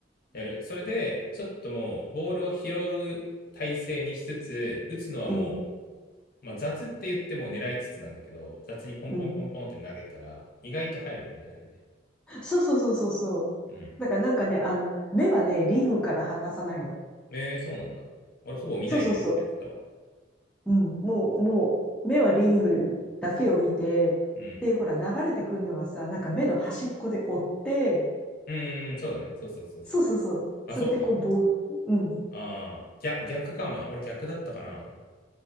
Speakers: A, on the left; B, in the centre.
A: やる。それで、ちょっともう、ボールを拾う体勢にしつつ、打つのはも
B: うん、
A: う、まあ、雑って言っても狙いつつなんだけど、雑にポンポンポンポンって投げたら、
B: うん。
A: 意外と入るよね、あれね。
B: そうそうそうそうそう。
A: うん。
B: だからなんかね、あの、目はね、リングから離さないの。
A: えー、そうなんだ。俺、ほぼ見ないでやったわ。
B: そうそうそう。うん、もう、もう、目はリングだけを見て、
A: うん。
B: で、ほら、流れてくるのはさ、なんか目の端っこで追って、
A: うーん、そうだね。そうそうそうそう。
B: そうそうそう。
A: あ、
B: それでこう、
A: そうか。
B: ボールうん。
A: ああ、逆、逆かもな。俺、逆だったかな。